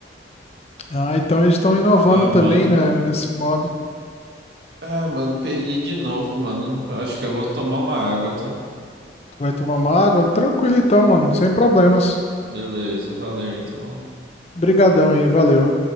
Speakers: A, on the left; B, on the right.
A: Ah, então eles estão inovando
B: Ah, mano.
A: também, né? Nesse modo.
B: Ah, mano, perdi de novo, mano. Eu acho que eu vou tomar uma água, tá?
A: Tu vai tomar uma água? Tranquilo então, mano. Sem problemas.
B: Beleza, valeu então.
A: Brigadão aí, valeu.